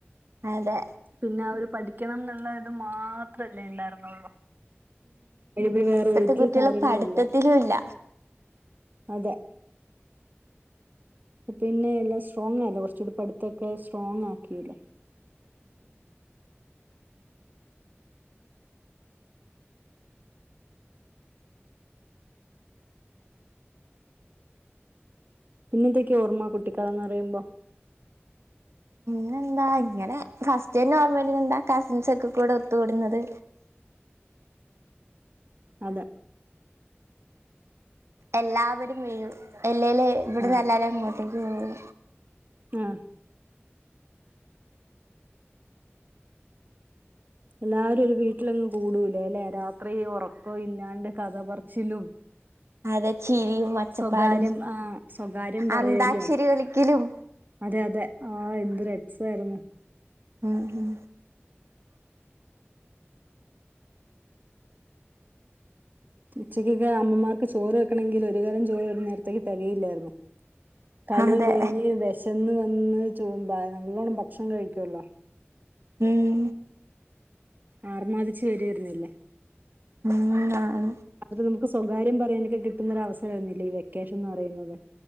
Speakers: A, on the right (about 80°); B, on the right (about 45°).
A: അതെ
B: പിന്നെ അവര് പഠിക്കണം എന്നുള്ളത് മാത്രല്ലേ ഉണ്ടായിരുന്നുള്ളു. അ വേറെ
A: ഇപ്പത്തെ
B: ഒരു
A: കുട്ടികള്
B: കാര്യങ്ങളുംല്ല.
A: പഠിത്തത്തിലും ഇല്ല
B: അതെ പിന്നെ എല്ലാം സ്ട്രോങ് ആല്ലോ കുറച്ചുകൂടി പഠത്തൊക്കെ സ്ട്രോങ്ങ് ആക്കിയില്ലേ. പിന്നെന്തൊക്കെ ഓർമ്മ കുട്ടിക്കാലം എന്ന് പറുമ്പോ?
A: പിങ്ങ എന്താ ഇങ്ങനെ, ഫസ്റ്റ് നോർമലി എന്താ കസിൻസ് ഒക്കെ കൂടെ ഒത്തുകൂടുന്നത്
B: അതെ
A: എല്ലാവരും വരും, അല്ലേൽ ഇവിടെ
B: ആ
A: നിന്ന് എല്ലാവരും അങ്ങോട്ടേക്ക് പോകും.
B: ആം എല്ലാരും ഒരു വീട്ടിലങ്ങ് കൂടൂലേ അല്ലെ രാത്രി ഉറക്കം ഇല്ലാണ്ട് കഥപച്ചിലും.
A: അതെ ചിരിയും ഒച്ചപ്പാടും
B: സ്വകാര്യം ആഹ സ്വകാര്യം പറയലും.
A: അന്താക്ഷരി കളിക്കലും
B: അതെ അതെ ആഹ, എന്ത് രസം ആയിരുന്നു.
A: ഉം ഉ...
B: ഉച്ചയ്ക്ക്ക്കെ അമ്മമാർക്ക് ചോറ് വെക്കണെങ്കിൽ ഒരു കലം ചോറ് വൈകുന്നേരത്തേക്ക് തികയില്ലായിരുന്നു. കളിയും
A: അതെ
B: കഴിഞ്ഞ് വിശന്ന് വന്ന് ചോമ്പാ നല്ലോണം ഭക്ഷണം കഴിക്കുവല്ലോ.
A: ഉം
B: ആറുമാതിച്ച് വരുമായിരുന്നല്ലേ!
A: ഉം
B: അത്ര നമക്ക് സ്വകാര്യം പറയാനൊക്കെ കിട്ടുന്നൊ ഒരു അവസരം ആയിരുന്നില്ലേ ഈ വെക്കേഷൻന്ന് പറയുന്നത്!